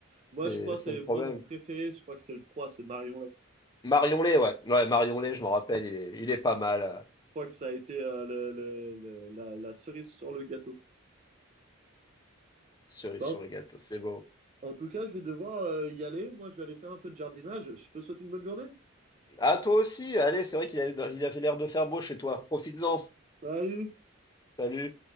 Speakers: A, on the right (about 35°); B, on the left (about 20°).
A: Moi,
B: c'est,
A: je crois,
B: c'est
A: c'est
B: le problème.
A: moi mon préféré. Je crois que c'est le 3 c'est Marion Lay.
B: Marion Lay, ouais. Ouais, Marion Lay, je m'en rappelle, il est, il est pas mal. euh,
A: Je crois que ça a été euh, le- le- le- la, la cerise sur le gâteau.
B: Cerise
A: Bah,
B: sur le gâteau, c'est beau.
A: en, en tout cas, je vais devoir euh, y aller. Moi, je vais aller faire un peu de jardinage. Je te souhaite une bonne journée.
B: Ah, toi aussi, allez, c'est vrai qu'il a, il avait l'air de faire beau chez toi. Profites-en.
A: Salut!
B: Salut.